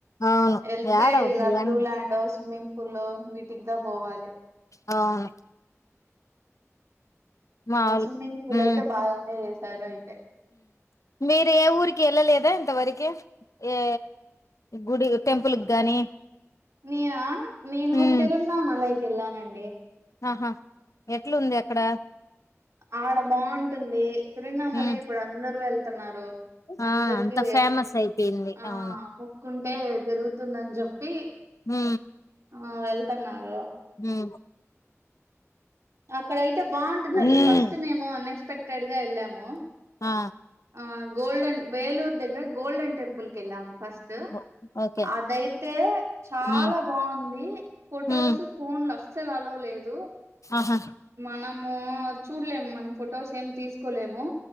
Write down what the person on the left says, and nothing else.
అవును
యాడ ఉమ్
అవును మావులు
ఉమ్
మీరు ఏ ఊరికి వెళ్ళలేదా ఇంతవరకి ఏ గుడి టెంపుల్కి గాని
ఉమ్
ఆహా ఎట్లుంది అక్కడ
ఉమ్
ఆ
అంత ఫేమస్ అయిపోయింది
అవును
హు
హుమ్
ఉమ్
ఆ
ఓ ఓకే
ఉమ్
ఉమ్
ఆ.